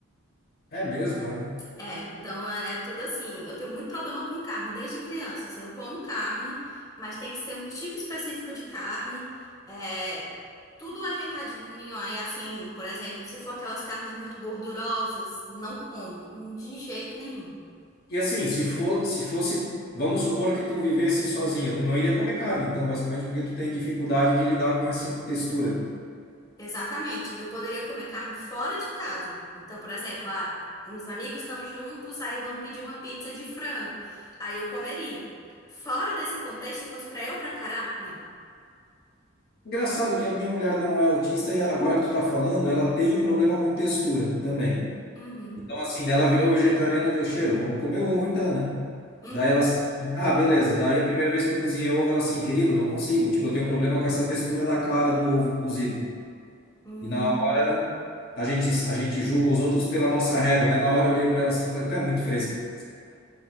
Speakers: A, on the left; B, on the left.
A: É mesmo, é?
B: É, então é, é tudo assim. Eu tenho muito problema com carne desde criança. Assim, eu como carne, mas tem que ser um tipo específico de carne. É, tudo ajeitadinho. Aí, assim, por exemplo, se for aquelas carnes muito gordurosas, não como, de jeito nenhum.
A: E assim, se for, se fosse, vamos supor que tu vivesse sozinha, tu não iria comer carne, então, basicamente, porque tu tem dificuldade de lidar com essa textura.
B: Exatamente. Eu poderia comer carne fora de casa. Então, por exemplo, ah, uns amigos estão juntos, aí vamos pedir uma pizza de frango. Aí eu comeria. Fora desse contexto, se fosse pra eu preparar, não.
A: Engraçado que a minha mulher não é autista e agora que tu tá falando, ela tem problema com textura também.
B: Uhum,
A: Então, assim, dela virou vegetariana, deu cheiro, vamos comer ovo então, né?
B: uhum,
A: Daí ela assim, ah, beleza. Daí a primeira vez que eu cozinhei ovo, ela assim, querido, não consigo. Tipo, eu tenho problema com essa textura da clara do ovo cozido.
B: hum,
A: E na hora, a gente, a gente julga os outros pela nossa régua, né? Na hora eu olhei para ela assim e falei, tu é muito fresca.